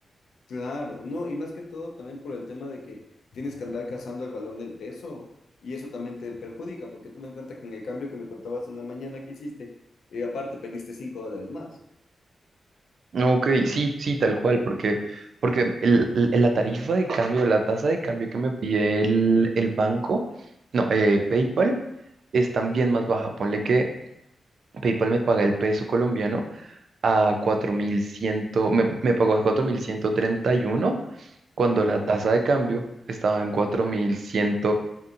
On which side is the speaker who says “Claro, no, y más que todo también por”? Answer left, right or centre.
Left